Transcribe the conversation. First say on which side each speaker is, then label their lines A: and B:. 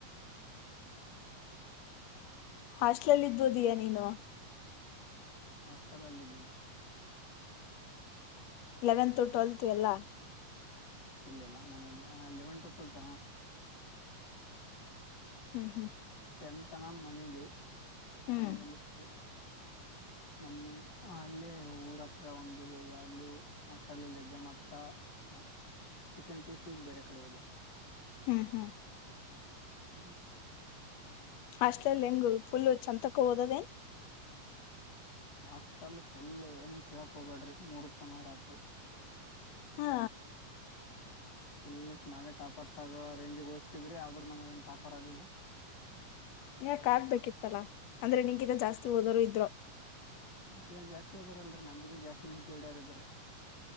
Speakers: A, on the left; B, on the left.
A: ಹಾಸ್ಟ್ಲಲ್ಲಿ ಇದಬೋದೀಯ ನೀನು
B: ಹಾಸ್ಟೆಲ್ ಅಲ್ಲಿದ್ದಿನಿ
A: ಲೆವೆನ್ತ್ ಟ್ವೆಲ್ತ್ ಎಲ್ಲ
B: ಇಲ್ಲ ಇಲ್ಲ ಮನೇಲೆ ಲೆವೆಂಟ ತೊಲ್ಟ
A: ಹ್ಮ್ ಹ್ಮ್.
B: ಟೆನ್ ತನ ಮನೇಲಿ
A: ಹ್ಮ್
B: ಆಮೇಲೆ ಎ
A: <inaudible>
B: ನಮ್ಮು ಅಲ್ಲೇ ಊರ ಹತ್ರ ಒಂದಿದಿದೆ ಅಲ್ಲಿಯೂ ಅಷ್ಟಲ್ಲಿಲ್ಲಿದ್ದೆ ಮತ್ತ ಮತ್ ಚಿಕನ್ ಪೀಸಿಗ್ ಬೇರೆ ಕಡೆ ಹೋದೆ.
A: ಹ್ಮ್ ಹ್ಮ್.
B: ಹ್ಮ್.
A: ಹಾಸ್ಟೆಲಲ್ ಹೆಂಗು ಫುಲ್ ಚಂತಕ್ಕ ಓದದೇನ್.
B: ಹಾಸ್ಟೆಲ್ ಫುಲ್ ಏನ್ ಕೇಳಕ್ ಹೋಗ್ಬೇಡ್ರಿ ಮೂರ್ತನ ರಾತ್ರಿ.
A: ಹಾ
B: ಫುಲ್ ನಾವೇ ಟಾಪರ್ಸ್ ಆಗೋ ರೇಂಜಿಗೆ ಓದ್ಸ್ತಿದ್ರಿ ಆದ್ರೂ ನಮ್ಗೇನ್ ಟಾಪರ್ ಆಗಿಲ್ಲ.
A: ಯಾಕ್ ಆಗ್ಬೇಕಿತ್ತಲ್ಲಾ ಅಂದ್ರೆ ನಿನಗಿಂತ ಜಾಸ್ತಿ ಓದೋರು ಇದ್ರು.
B: ನಮ್ ಕೆಳ ಜಾಸ್ತಿ ಓದರಲ್ರಿ ನಮ್ಕಿಂತ ಜಾಸ್ತಿ ನಿದ್ದ್ ಹೊಡ್ಯಾರ್ ಇದ್ದರ್ರಿ.